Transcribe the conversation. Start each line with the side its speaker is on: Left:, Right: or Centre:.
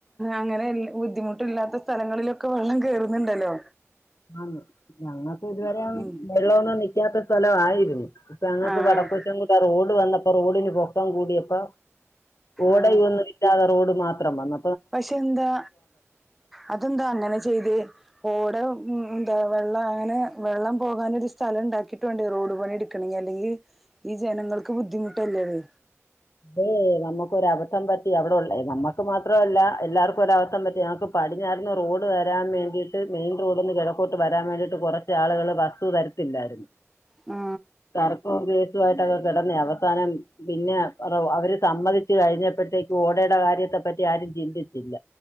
Centre: അങ്ങനെ ബുദ്ധിമുട്ടില്ലാത്ത സ്ഥലങ്ങളിലൊക്കെ വെള്ളം കേയറുന്നുണ്ടല്ലോ
Left: ആ ഞങ്ങക്ക് ഇതുവരെ
Centre: ഉം
Left: വെള്ള ഒന്നും നിക്കാത്ത സ്ഥല ആയിരുന്നു ഇപ്പൊ ഞങ്ങക്ക്
Centre: ആഹ്
Left: വടക്ക കൊച്ചം കൂടെ റോഡ് വന്നപ്പോ റോഡിന് പൊക്കം കൂടിയപ്പ ഓട
Centre: ആഹ്
Left: ഒന്നും കിട്ടാതെ റോഡ് മാത്രം വന്ന
Centre: പക്ഷെ എന്താ അതെന്താ അങ്ങനെ ചെയ്ത് ഓടെ ഉന്ത വെള്ള അങ്ങനെ വെള്ളം പോകാനൻ ഒരു സ്ഥലം ഉണ്ടാക്കിട്ട വേണ്ട റോഡ് പണി എടുണെങ്ക അല്ലെങ്കിൽ ഈ ജനങ്ങൾക്ക് ബുദ്ധി ബിട്ടല്ലേത്
Left: അതെ നമുക്ക് ഒരു അബധം പറ്റി അവിടെള്ള നമ്മുക്ക് മാത്രമല്ല എല്ലാവർക്ക ഒര അവസ്ഥം പറ്റി നമക്ക് പടിഞ്ഞാർന്ന് റോഡ് വരാൻ വേണ്ടിട്ട് മെയിൻ റോഡിൽന്ന് കിഴക്കോട്ട് വരാൻ വേണ്ടിയിട്ട് കുറച്ച് ആളുകൾ വസ് വര ല്ലായിരുന്നു
Centre: ആ
Left: കർുക്കവും ഗ്രേസുമായിട്ടക്കെ കിടന്നേ അവസാനം പിന്നെ അവര് സമ്മതിച്ചു കഴിഞ്ഞപ്പോഴത്തേക്ക് ഓടയുടെ കാര്യത്തെ പറ്റി ആരും ചിന്തിച്ചില്ല